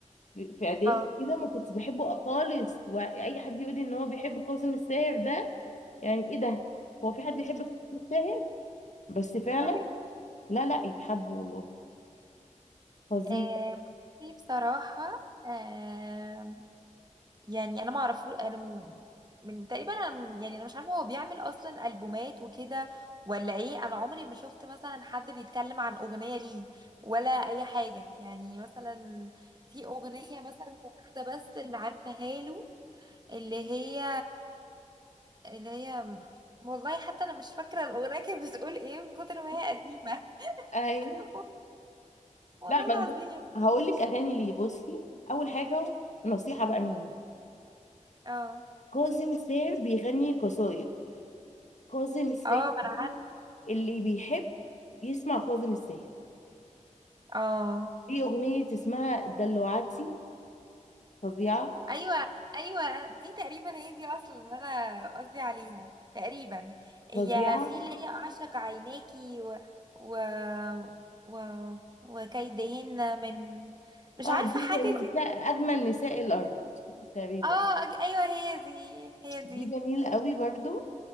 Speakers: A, on the left (about 65°); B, on the right (about 30°).
A: في في اعدادي
B: اه
A: كده ما كنتش بحبه خالص واي حد يقول لي ان هو بيحب كاظم الساهر ده يعني ايه ده هو في حد يحب كاظم الساهر بس فعلا
B: <laughs>
A: لا لا يتحب والله فظيع
B: آه، بصي بصراحة آه، يعني أنا ما أعرف أنا م- من تقريبا أنا م- يعني أنا مش عارفة هو بيعمل أصلا ألبومات وكده ولا إيه أنا عمري ما شفت مثلا حد بيتكلم عن أغنية ليه ولا أي حاجة يعني مثلا في أغنية مثلا واحدة بس اللي عارفاها له اللي هي اللي هي والله حتى أنا مش فاكرة الأغنية كانت بتقول إيه من كتر ما هي قديمة
A: ايوه
B: <laughs> والله
A: لا
B: العظيم
A: ما انا هقول لك اغاني ليه بصي اول حاجه نصيحه بقى مني
B: اه
A: كاظم الساهر بيغني قصايد كاظم الساهر
B: اه بنع-
A: ده اللي بيحب يسمع كاظم الساهر
B: اه
A: في أغنية اسمها دلوعتي فظيعة
B: ايوه ايوه دي تقريبا هي دي اصلا اللي انا قصدي عليها تقريبا هي
A: فظيعة
B: في اللي هي اعشق عيناكي و و و وكيدهن من مش
A: اه
B: عارفه
A: دي
B: حاجه
A: زي نساء
B: كده
A: أجمل نساء الأرض تقريبا
B: اه أج- ايوه هي دي هي دي
A: دي جميلة قوي برضو